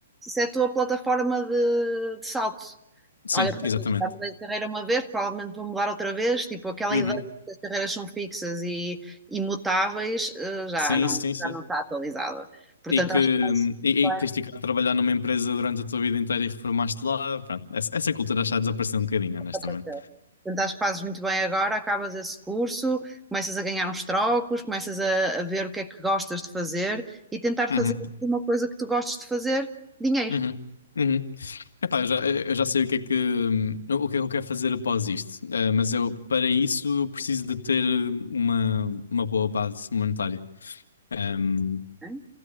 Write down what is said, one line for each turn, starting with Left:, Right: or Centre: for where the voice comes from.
Centre: Isso é a tua plataforma de, de salto.
Left: Sim,
Centre: Olha, para
Left: exatamente.
Centre: mim, já mudei de carreira uma vez, provavelmente vou mudar outra vez. Tipo, aquela
Left: Uhum.
Centre: ideia de que as carreiras são fixas e imutáveis eh, já
Left: Sim,
Centre: não,
Left: sim, sim.
Centre: já não está atualizada. Portanto,
Left: E que
Centre: acho que fazes
Left: e, e
Centre: bem
Left: tens de ficar a trabalhar numa empresa durante a tua vida inteira e reformaste lá. Pronto, essa, essa cultura está a um bocadinho,
Centre: o
Left: honestamente.
Centre: que aconteceu. Portanto, acho que fazes muito bem agora, acabas esse curso, começas a ganhar uns trocos, começas a, a ver o que é que gostas de fazer e tentar fazer
Left: Uhum,
Centre: de uma coisa que tu gostes de fazer dinheiro.
Left: uhum, uhum. Epá, eu já, eu já sei o que é que, hum, o que é que eu quero fazer após isto, Eh, mas eu, para isso eu preciso de ter uma, uma boa base monetária. Hum,
Centre: né?